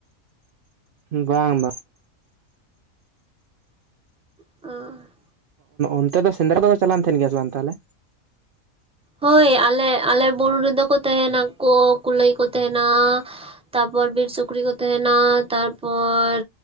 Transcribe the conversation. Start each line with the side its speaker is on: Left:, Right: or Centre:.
Right: ᱵᱟᱝ ᱵᱟᱝ᱾
Centre: ᱚᱻ
Right: ᱚᱱᱛᱮ ᱫᱚ ᱥᱮᱸᱫᱽᱨᱟ ᱫᱚᱫᱚ ᱪᱟᱞᱟᱣ ᱮᱱ ᱛᱟᱦᱮᱱ ᱜᱮᱭᱟ ᱥᱮ ᱵᱟᱝ ᱛᱟᱦᱚᱞᱮ?
Centre: ᱦᱳᱭ ᱟᱞᱮ ᱟᱞᱮ ᱵᱩᱨᱩ ᱨᱮᱫᱚ ᱠᱚ ᱛᱟᱦᱮᱱᱟ ᱠᱚ ᱠᱩᱞᱟᱹᱭ ᱠᱚ ᱛᱟᱦᱮᱱᱟ, ᱛᱟᱨᱯᱚᱨ ᱵᱤᱨ ᱥᱩᱠᱨᱤ ᱠᱚ ᱛᱟᱦᱮᱱᱟ ᱛᱟᱨᱯᱚᱨ